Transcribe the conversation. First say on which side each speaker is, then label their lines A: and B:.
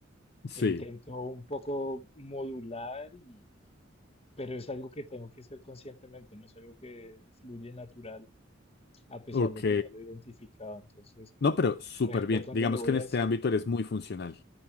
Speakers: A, on the left; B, on the left.
A: Sí,
B: e intento un poco modular, y, pero es algo que tengo que hacer conscientemente, no es algo que fluye natural a pesar
A: ok.
B: de que ya lo he identificado. Entonces,
A: No, pero súper
B: por ejemplo,
A: bien.
B: cuando
A: Digamos
B: le voy
A: que en este
B: a decir,
A: ámbito eres muy funcional.